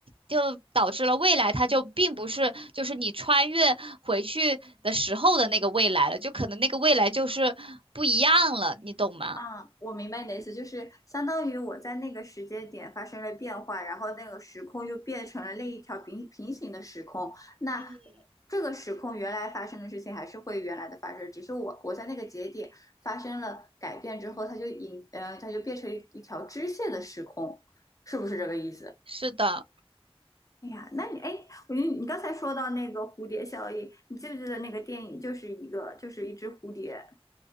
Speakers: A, on the right; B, on the left.
A: 就导致了未来它就并不是就是你穿越回去的时候的那个未来了，就可能那个未来就是不一样了，你懂吗？
B: 啊，我明白你的意思，就是相当于我在那个时间点发生了变化，然后那个时空又变成了另一条平平行的时空。那
A: 嗯，
B: 这个时空原来发生的事情还是会原来的发生，只是我我在那个节点发生了改变之后，它就引呃它就变成一一条支线的时空，是不是这个意思？
A: 是的，
B: 哎呀，那你哎，我觉得你刚才说到那个蝴蝶效应，你记不记得那个电影就是一个就是一只蝴蝶，